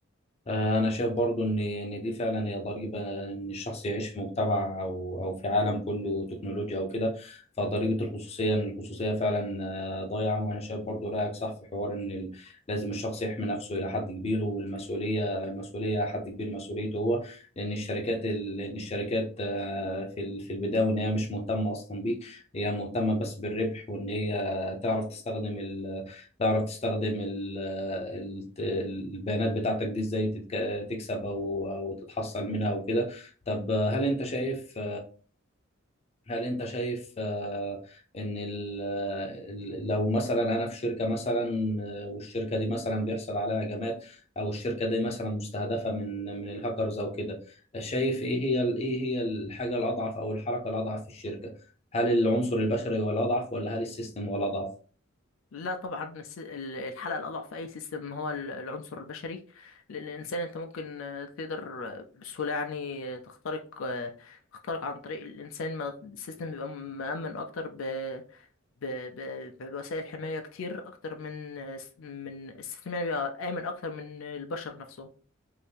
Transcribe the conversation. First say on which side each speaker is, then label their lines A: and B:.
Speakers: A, on the left (about 30°); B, on the left (about 70°).
A: آه، أنا شايف برضو إن إن دي فعلا هي ضريبة إن الشخص يعيش في مجتمع أو أو في عالم كله تكنولوجيا أو كده فضريبة الخصوصية إن الخصوصية فعلا آه، ضايعة وأنا شايف برضو رأيك صح في حوار إن ال- لازم الشخص يحمي نفسه إلى حد كبير والمسؤولية المسؤولية حد كبير مسؤوليته هو لأن الشركات ال- لأن الشركات آه، في ال- في البداية وإن هي مش مهتمة أصلا بيك هي مهتمة بس بالربح وإن هي تعرف تستخدم تعرف تستخدم ال- ال- البيانات بتاعتك دي ازاي تتك- تكسب او او تتحصل منها وكده طب هل انت شايف هل انت شايف آه، ان ال- ال- لو مثلا انا في شركة مثلا آه، والشركة دي مثلا بيحصل عليها هجمات او الشركة دي مثلا مستهدفة من من الهاكرز او كده شايف ايه هي ال- ايه هي الحاجة الاضعف او الحركة الاضعف في الشركة هل العنصر البشري هو الاضعف ولا هل السيستم هو الاضعف
B: لا طبعا الس- ال- الحلقة الأضعف في أي سيستم هو ال- العنصر البشري لأن الإنسان أنت ممكن آه، تقدر آه، بسهولة يعني آه، تخترق آه، تخترق عن طريق الإنسان ما السيستم بيبقى م- مأمن أكتر ب ب ب بوسائل حماية كتير أكتر من آه، س- من السيستم يعني بيبقى آمن أكتر من البشر نفسهم